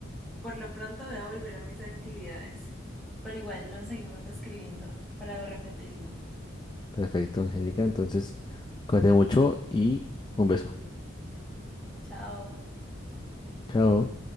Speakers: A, in the centre; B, on the left (about 20°).
A: Por lo pronto voy a volver a mis actividades. Pero igual nos seguimos escribiendo para repetirlo.
B: Perfecto, Angélica. Entonces, cuídate mucho y un beso.
A: Chao.
B: Chao.